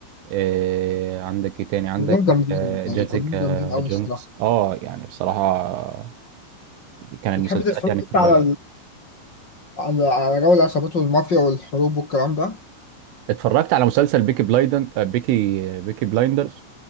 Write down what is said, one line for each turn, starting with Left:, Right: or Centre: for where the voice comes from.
Right: آه، عندك ايه تاني عندك
Left: كلهم جامدين
Right: آه،
Left: يعني
Right: جيسيكا
Left: كلهم جامدين قوي
Right: جونز
Left: الصراحه
Right: اه يعني بصراحة كان المسلسلات
Left: بتحب تتفرج
Right: يعني في
Left: انت
Right: الرأي
Left: على على على جو العصابات والمافيا والحروب والكلام ده
Right: اتفرجت على مسلسل بيكي بلايدن آه، بيكي بيكي بلايندرز